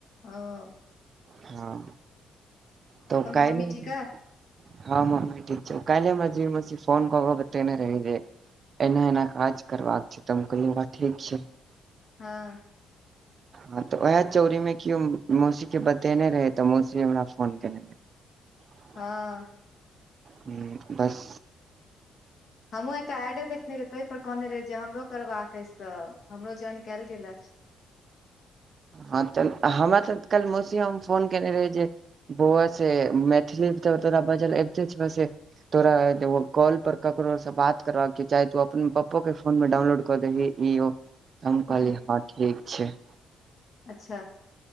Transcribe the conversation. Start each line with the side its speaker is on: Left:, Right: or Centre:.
Left: ओ आओर
Right: हाँ, तऽ ओ काइनो
Left: मम्मी
Right: <unintelligible>
Left: ठीक अइ
Right: हाँ मम्मी ठीक छियौ, काल्हिये मझली मौसी फोन कऽ के बतेने रहै जे एना एना काज करबाक छै तऽ हम कहलियै बाबा ठीक छै
Left: हाँ
Right: हाँ तऽ वैह चौरी मे केयो मौसी के बतेने रहै तऽ मौसी हमरा फोन केने रहै <inaudible>
Left: हँ
Right: हूंम्म बस
Left: हमहुँ एकटा आइडी देखेने रहियै ताहिपर कहने रहै जे हमरो करबाक अछि तऽ हमरो ज्वाइन कयल गेल अछि
Right: हाँ तऽ हमरा तऽ काल्हि मौसी हम फोन केने रही जे बौआ से मैथिली त तोरा बजल अबिते छह से तोरा ए कॉल पर ककरो स बात करबाक छै चाहे तों अपन पपो के फोन मे डाउनलोड क दही इ ओ हम
Left: हूँ
Right: कहलियै
Left: हूँ
Right: हां ठीक छै
Left: अच्छा